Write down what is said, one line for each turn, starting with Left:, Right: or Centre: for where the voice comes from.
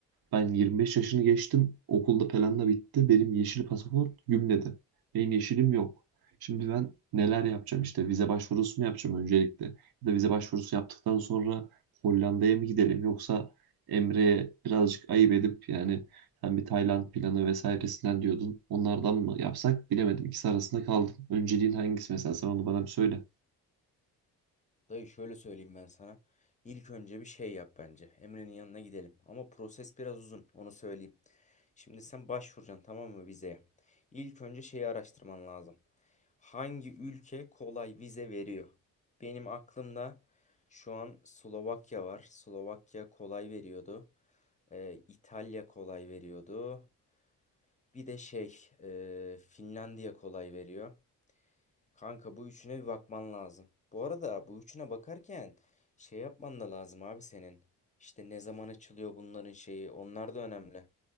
Right: Ben 25 yaşını geçtim. Okulda falan da bitti. Benim yeşil pasaport gümledi. Benim yeşilim yok. Şimdi ben neler yapacağım? İşte vize başvurusu mu yapacağım öncelikle? Ya da vize başvurusu yaptıktan sonra Hollanda'ya mı gidelim? Yoksa Emre'ye birazcık ayıp edip yani sen bir Tayland planı vesairesinden diyordun. Onlardan mı yapsak bilemedim. İkisi arasında kaldım. Önceliğin hangisi mesela? Sen onu bana bir söyle.
Left: Dayı şöyle söyleyeyim ben sana. İlk önce bir şey yap bence. Emre'nin yanına gidelim. Ama proses biraz uzun, onu söyleyeyim. Şimdi sen başvuracaksın tamam mı vizeye? İlk önce şeyi araştırman lazım. Hangi ülke kolay vize veriyor? Benim aklımda şu an Slovakya var. Slovakya kolay veriyordu. Ee, İtalya kolay veriyordu. Bir de şey, e, Finlandiya kolay veriyor. Kanka bu üçüne bir bakman lazım. Bu arada bu üçüne bakarken şey yapman da lazım abi senin. İşte ne zaman açılıyor bunların şeyi onlar da önemli.